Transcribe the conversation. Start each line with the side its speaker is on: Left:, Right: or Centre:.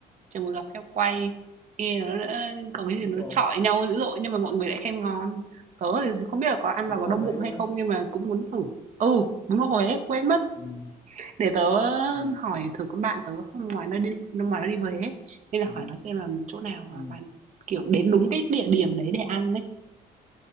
Right: chè bột lọc heo quay. Nghe nó đã có cái gì
Left: bún
Right: nó
Left: bò
Right: chọi nhau dữ dội nhưng mà mọi người lại khen ngon. Tớ thì không biết là có ăn
Left: bún
Right: vào có
Left: bò
Right: đau bụng
Left: Huế
Right: hay
Left: nữa
Right: không nhưng mà cũng muốn thử. Ừ, đúng rồi Huế, quên mất.
Left: ừ.
Right: Để tớ
Left: Ừ.
Right: hỏi thử con bạn tớ hôm ngoài nó đi hôm ngoài nó đi Huế ấy. Nên là
Left: Ừ.
Right: hỏi nó xem là chỗ nào
Left: Ừ.
Right: à, bán kiểu đến đúng cái địa điểm đấy để ăn đấy